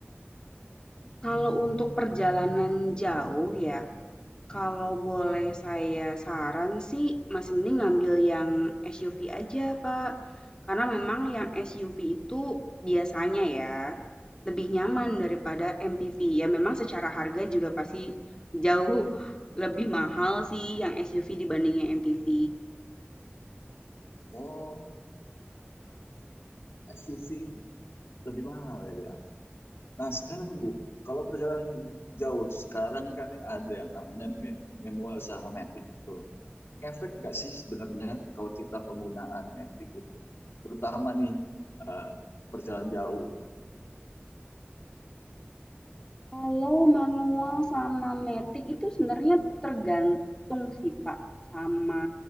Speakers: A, on the left (about 20°); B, on the left (about 80°).
A: Kalau untuk perjalanan jauh ya, kalau boleh
B: Hmm.
A: saya saran sih masih mending ngambil yang SUV aja, Pak. Karena memang yang SUV itu biasanya ya, lebih nyaman
B: Oh,
A: daripada MPV. Ya memang secara harga juga pasti jauh lebih mahal sih yang SUV dibanding yang MPV.
B: Oh, SUV lebih mahal ya. Nah, sekarang Bu, kalau perjalanan jauh, sekarang kan ada yang namanya manual sama matic. tuh. ngefek nggak sih sebenarnya kalau kita penggunaan matic itu terutama nih eh, perjalanan jauh
A: Kalau manual sama matic itu sebenarnya tergantung sih, Pak, sama